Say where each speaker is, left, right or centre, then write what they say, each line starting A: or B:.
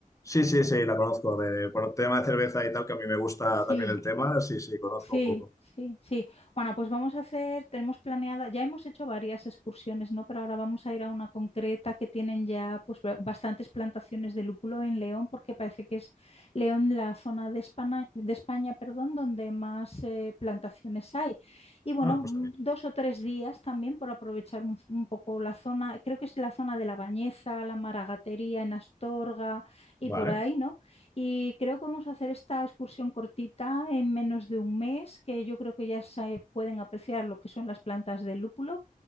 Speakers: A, on the left; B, on the left.
A: Sí, sí, sí, la conozco. De, por el tema de cerveza y tal, que a mí me gusta
B: Sí.
A: también el tema, sí, sí, conozco
B: Sí,
A: un poco.
B: sí, sí. Bueno, pues vamos a hacer, tenemos planeada, ya hemos hecho varias excursiones, ¿no? Pero ahora vamos a ir a una concreta que tienen ya pues ba- bastantes plantaciones de lúpulo en León, porque parece que es León la zona de España, de España, perdón, donde más eh, plantaciones hay. Y bueno,
A: Ah, pues
B: mm,
A: está bien.
B: dos o tres días también por aprovechar un, un poco la zona, creo que es la zona de La Bañeza, la Maragatería en Astorga y
A: Vale.
B: por ahí, ¿no? Y creo que vamos a hacer esta excursión cortita en menos de un mes, que yo creo que ya se pueden apreciar lo que son las plantas de lúpulo.